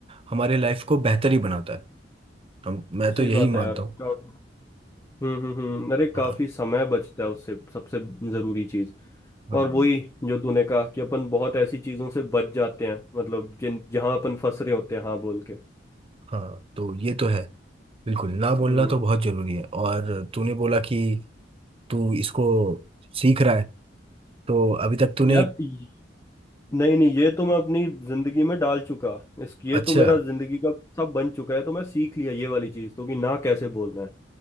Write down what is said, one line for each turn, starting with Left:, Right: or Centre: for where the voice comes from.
Right: हमारे लाइफ को बेहतर ही बनाता है हम मैं तो
Left: सही
Right: यही
Left: बात
Right: मानता
Left: है यार
Right: हूँ
Left: हाँ, हम्म हम्म हम्म अरे
Right: हाँ
Left: काफी समय बचता है उससे सबसे जरूरी चीज
Right: हाँ
Left: और वही जो तूने कहा कि अपन बहुत ऐसी चीजों से बच जाते हैं मतलब जिन जहां अपन फंस रहे होते हैं हाँ बोल के
Right: हाँ, तो ये तो है बिल्कुल ना बोलना
Left: हम्म
Right: तो बहुत जरूरी है और तूने बोला कि तू इसको सीख रहा है तो अभी तक तूने
Left: यार ये- नहीं नहीं ये तो मैं अपनी जिंदगी में डाल चुका इस ये
Right: अच्छा
Left: तो मेरा जिंदगी का सब बन चुका है तो मैं सीख लिया ये वाली चीज तो कि ना कैसे बोलना है